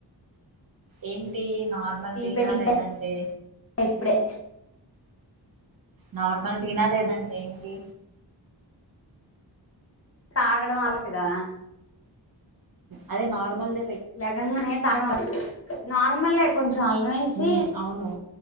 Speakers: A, on the right (about 55°); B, on the left (about 35°).
A: ఏంటి నార్మల్
B: టీ
A: టి
B: పెట్టిచ్చా
A: న లేదండి
B: ఇప్పుడే
A: నార్మల్ తిన లేదంటే ఏంటి
B: తాగడం అలటుగా
A: అదే నార్మల్ ద
B: లెగంగానేనే తాడా నార్మల్ కొంచెం కొంచెం అల్లం వేసి
A: మ్మ్ అవును